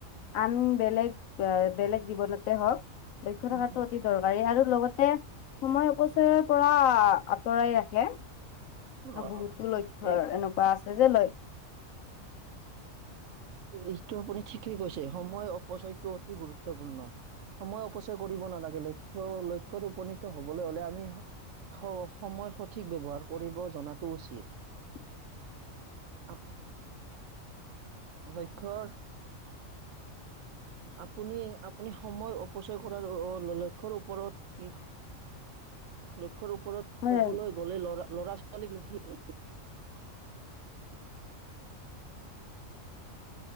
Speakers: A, on the left (about 75°); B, on the right (about 70°).
A: আন বেলেগ বেলেগ জীৱনতে হওক লক্ষ্য
B: উম,
A: থকাটো অতি দৰকাৰী আৰু লগতে সময় অপচয়ৰ পৰা আঁতৰাই ৰাখে।
B: উম। অ',
A: বহুতো লক্ষ্যৰ
B: এই
A: এনেকোৱা আছে যে ল
B: এইটো আপুনি ঠিকেই কৈছে সময় অপচয়টো অতি গুৰুত্বপূৰ্ণ সময় অপচয় কৰিব নালাগে লক্ষ্য লক্ষ্যত উপনীত হবলৈ হলে আমি হ সময় সঠিক ব্যৱহাৰ কৰিব জনাতো উচিত।
A: <inaudible>
B: আকৌ লক্ষ্যৰ। আপুনি আপুনি সময় অপচয় কৰাৰ লক্ষ্যৰ ওপৰত কি লক্ষ্যৰ ওপৰত
A: হয়
B: কবলৈ গ'লে লৰা ল'ৰা ছোৱালীক সেই